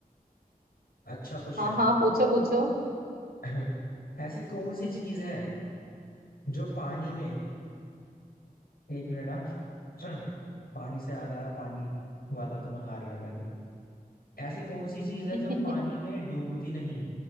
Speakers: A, on the left; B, on the right.
A: अच्छा क्वेश्चन
B: हाँ हाँ पूछो पूछो
A: <clears throat> ऐसी कौन सी चीज है जो पानी में एक मिनट हाँ <clears throat> पानी से याद आया पानी वाला तो मैं हार गया पहले ऐसी कौन सी चीज है
B: <laughs>
A: जो पानी में डूबती नहीं